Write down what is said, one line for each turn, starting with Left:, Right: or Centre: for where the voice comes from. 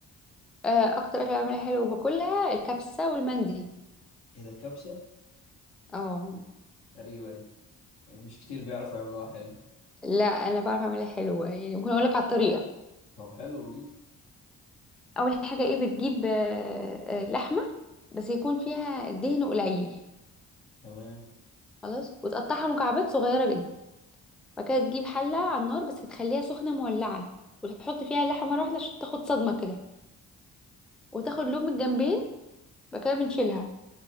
Centre: آه، اكتر اكله بعملها حلو وباكلها الكبسه والمندي
Left: إيه ده كبسة
Centre: اه
Left: غريبة دي يعني مش كتير بيعرفوا يعملوها حلو
Centre: لا انا بعرف اعملها حلوه يعني ممكن اقول لك على الطريقه
Left: طب حلو ليك
Centre: اول حاجه ايه بتجيب آه، آه، لحمه بس يكون فيها دهن قليل
Left: تمام
Centre: خلاص وتقطعها مكعبات صغيره جدا بعد كده تجيب حله على النار بس تخليها سخنه مولعه وتحط فيها اللحمه مره واحده عشان تاخد صدمه كده وتاخد لون من الجنبين بعد كده بنشيلها